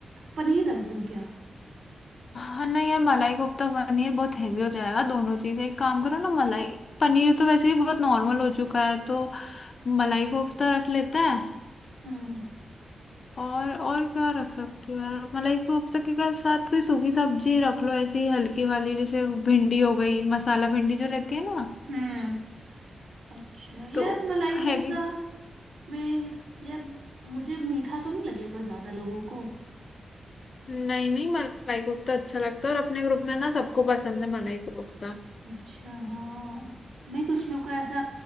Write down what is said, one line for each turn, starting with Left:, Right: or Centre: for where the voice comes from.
Right: पनीर रख दूं क्या
Left: हाँ नहीं यार मलाई कोफ्ता पनीर बहुत हेवी हो जाएगा दोनों चीजें एक काम करो ना मलाई पनीर तो वैसे भी बहुत नॉर्मल हो चुका है तो मलाई कोफ्ता रख लेते हैं
Right: हम्म
Left: और और क्या रख सकते हो यार मलाई कोफ्ता के का- साथ कोई सूखी सब्जी रख लो ऐसी हल्की वाली जैसे भिंडी हो गई मसाला भिंडी जो रहती है ना
Right: हम्म अच्छा
Left: तो
Right: यार मलाई कोफ्ता
Left: हैवी
Right: मैं यार मुझे मीठा तो नहीं लगेगा ज्यादा लोगों को
Left: नहीं नहीं मलाई कोफ्ता अच्छा लगता है और अपने ग्रुप में ना सबको पसंद है मलाई कोफ्ता
Right: अच्छा हाँ नहीं कुछ लोग को ऐसा